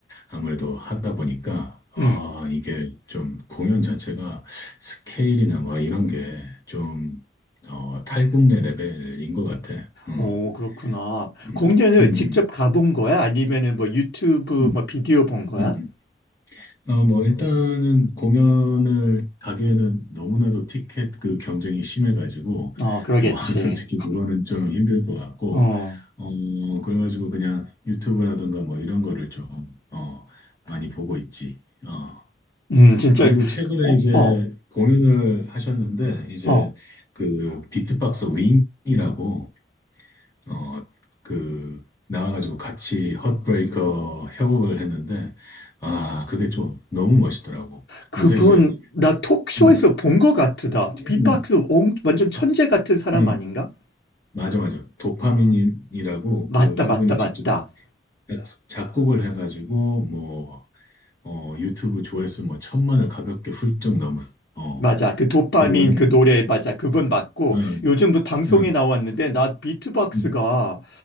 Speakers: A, on the left; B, on the left.
A: 아무래도 하다 보니까, 아,
B: 응.
A: 이게 좀 공연 자체가 스케일이나 막 이런 게 좀, 어, 탈국내 레벨인 것 같아. 어.
B: 어, 그렇구나.
A: 음,
B: 공연을
A: 음,
B: 직접 가본 거야? 아니면은 뭐 유튜브
A: 음,
B: 뭐 비디오 본 거야?
A: 음. 아, 뭐, 일단은 공연을 가기에는 너무나도 티켓 그 경쟁이 심해가지고,
B: 어, 그러겠지.
A: 어, <laughs> 솔직히 그거는 좀 힘들 것 같고,
B: 어,
A: 어, 그래가지고 그냥 유튜브라든가 뭐 이런 거를 좀, 어, 많이 보고 있지. 어.
B: 음, 진짜,
A: 그리고 최근에
B: 어,
A: 이제
B: 어,
A: 공연을 하셨는데, 이제
B: 어.
A: 그 비트박스 윙이라고, 어, 그, 나와가지고 같이 헛브레이커 협업을 했는데, 아, 그게 좀 너무 멋있더라고.
B: 그분,
A: 요새 이제,
B: 나 톡쇼에서
A: 음,
B: 본 것 같으다.
A: 음,
B: 비박스 옹, 완전 천재 같은 사람
A: 음,
B: 아닌가?
A: 맞아, 맞아. 도파민이라고
B: 맞다,
A: 그, 그분이
B: 맞다, 맞다.
A: 직접 작- 작곡을 해가지고, 뭐, 어, 유튜브 조회수 뭐 천만을 가볍게 훌쩍 넘은, 어,
B: 맞아. 그 도파민
A: 그런
B: 그
A: 분이거든.
B: 노래, 맞아. 그분
A: 음,
B: 맞고,
A: 음,
B: 요즘 그 방송에
A: 음.
B: 나왔는데, 나 비트박스가
A: 음.